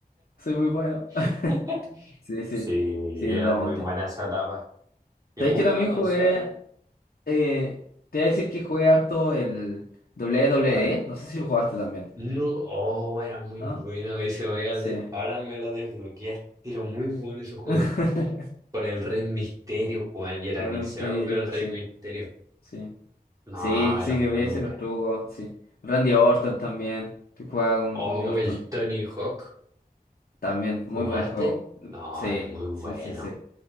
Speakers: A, on the left (about 70°); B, on the right (about 20°).
A: soy muy bueno.
B: <laughs>
A: <laughs> Sí, sí,
B: Sí,
A: sí,
B: era
A: totalmente.
B: muy buena esa etapa. ¿Y
A: ¿Sabes
B: alguna
A: que también
B: otra consola?
A: jugué? eh, te voy a decir que jugué harto el WWE.
B: ¿Cuál?
A: No sé si lo jugaste también,
B: No, oh, era muy
A: ¿no?
B: buena ese, vaya
A: Sí.
B: de- ahora me lo desbloqueaste, era muy bueno ese juego.
A: <laughs>
B: Con el Rey Misterio,
A: Sí,
B: weón, y era
A: Padre
B: viciado
A: del Misterio,
B: con el Rey
A: sí,
B: Misterio.
A: sí.
B: No,
A: Sí,
B: era
A: sí, que
B: muy
A: voy a hacer
B: bueno.
A: los trucos, sí. Randy Orton también. Te jugaba con
B: Oh,
A: Randy Orton.
B: el Tony Hawk,
A: También, muy
B: ¿jugaste?
A: buen juego.
B: No,
A: Sí,
B: era muy
A: sí,
B: bueno.
A: sí, sí.